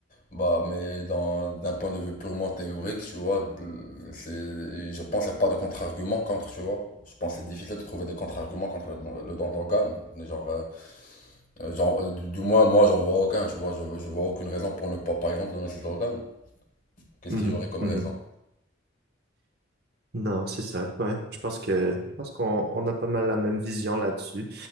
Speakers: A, on the left; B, on the right.
A: Bah, mais dans, d'un point de vue purement théorique, tu vois, de- c'est, je pense qu'il n'y a pas de contre-argument contre, tu vois. Je pense que c'est difficile de trouver des contre-arguments contre le, le don d'organe. Genre, euh, euh, genre euh, du, du moins, moi, j'en vois aucun, tu vois. Je, je vois aucune raison pour ne pas, par exemple, donner ses organes. Qu'est-ce
B: Mhm.
A: qu'il y aurait comme
B: Mhm.
A: raison?
B: Non, c'est ça. Ouais, je pense que je pense qu'on on a pas mal la même vision là-dessus.